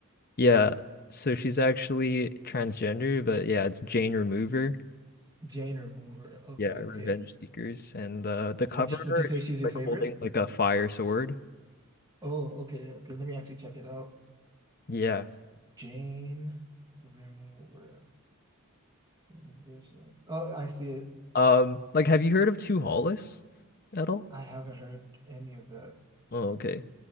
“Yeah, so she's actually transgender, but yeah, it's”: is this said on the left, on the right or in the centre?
Left